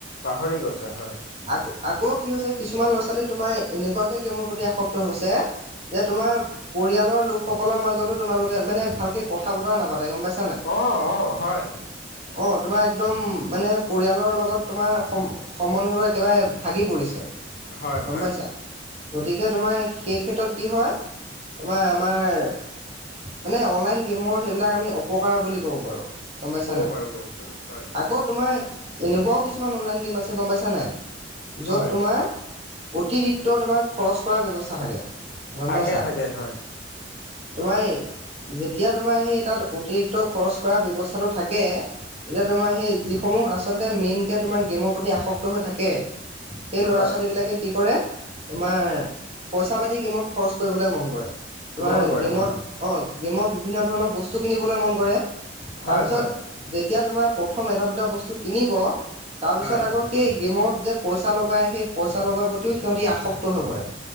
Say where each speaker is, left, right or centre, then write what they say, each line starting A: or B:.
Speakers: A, on the left (about 60°); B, on the right (about 35°).
A: পাহৰি গৈছে হয়।
B: আক আকৌ কি হৈছে কিছুমান ল'ৰা-ছোৱালী তোমাৰ এনেকুৱাকে গেমৰ প্ৰতি আসক্ত হৈছে যে তোমাৰ পৰিয়ালৰ লোকসকলৰ মাজতো তোমালোকে মানে ভালকে কথা বতৰা নাপাতে গম পাই
A: অ অ হয়।
B: অ তোমাৰ একদম মানে পৰিয়ালৰ লগত তোমাৰ সম্ সম্বন্ধয় একেবাৰে ভাগি পৰিছে
A: হয়
B: গম
A: হয়
B: পাইছা গতিকে তোমাৰ সেই ক্ষেত্ৰত কি হয় তোমাৰ আমাৰ মানে অনলাইন গেমৰ সেইবিলাক আমি অপকাৰ বুলি ক'ব পাৰোঁ। গম পাইছা
A: ক'ব
B: নাই,
A: পাৰো ক'ব পাৰো হয়।
B: আকৌ তোমাৰ এনেকুৱাও কিছুমান অনলাইন গেম আছে, গম পাইছা নাই য'ত
A: হয়
B: তোমাৰ অতিৰিক্ত তোমাৰ খৰচ কৰাৰ ব্যৱস্থা থাকে। গম
A: থাকে
B: পাইছা,
A: থাকে হয়
B: তোমাৰ যেতিয়া তোমাৰ সেই তাত অতি ৰিক্ত খৰছ কৰা ব্যৱস্থাটো থাকে তেতিয়া তোমাৰ সেই যিসমূহ আচলতে মেইনকে তোমাৰ গেমৰ প্ৰতি আসক্ত হৈ থাকে। সেই ল'ৰা-ছোৱালীবিলাকে
A: হয়
B: কি কৰে তোমাৰ পইচা পাতি গেমত খৰচ কৰিবলৈ মন কৰে। তোমাৰ
A: মন কৰে
B: গেমত
A: হয়
B: অঁ গেমত বিভিন্ন ধৰণৰ বস্তু কিনিবলৈ মন কৰে।
A: হয়
B: তাৰপিছত
A: হয়।
B: যেতিয়া তোমাৰ প্ৰথম এটা দুটা বস্তু কিনিব, তাৰপিছত
A: হয়
B: আকৌ সেই গেমত যে পইচা লগাই, সেই পইচা লগোৱাৰ প্ৰতিও সিহঁতি আসক্ত হৈ পৰে।